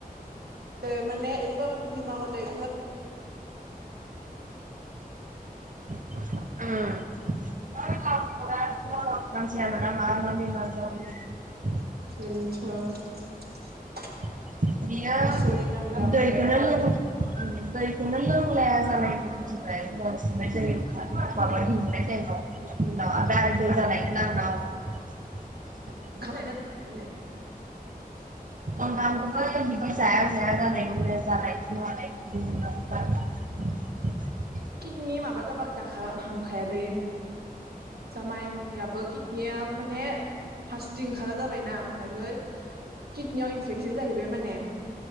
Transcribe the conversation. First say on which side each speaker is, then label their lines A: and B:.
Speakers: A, on the right; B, on the right.
A: ए माने एरैबाबो बिमा गदाय। <unintelligible>
B: <unintelligible>
A: <unintelligible>
B: <unintelligible>
A: आसरित नांदां
B: <unintelligible>
A: <unintelligible>
B: <unintelligible>
A: किदनि माबा जाबा गाखा हामखायालै। जा माइंनियाबो किडनियाव माने हासदै ओंखारा जाबायना ओमफ्रायहोय किडनियाव इनफेकसन जाहैबाय माने।